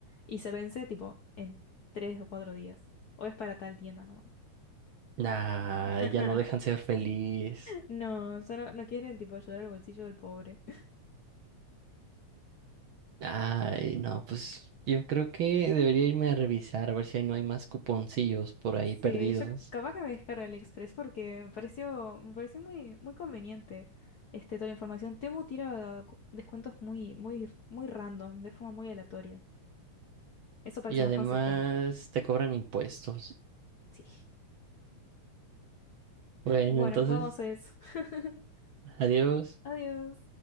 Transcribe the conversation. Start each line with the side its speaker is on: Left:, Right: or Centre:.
Left: Y se vence tipo en tres o cuatro días. O es para tal tienda nomás.
Right: nah,
Left: <laughs>
Right: ya no dejan ser feliz.
Left: No, solo no quieren tipo ayudar al bolsillo del pobre.
Right: Ay, no, pues yo creo que debería irme a revisar a ver si ahí no hay más cuponcillos por ahí
Left: Sí,
Right: perdidos.
Left: yo capaz que me descargo AliExpress porque me pareció, me pareció muy, muy conveniente este, toda la información. Temu tira cu- descuentos muy, muy, muy random, de forma muy aleatoria. Eso parece
Right: Y además
Left: más consistente.
Right: te cobran impuestos.
Left: Sí.
Right: Bueno,
Left: Bueno,
Right: entonces,
Left: vamos a eso. <laughs>
Right: adiós.
Left: Adiós.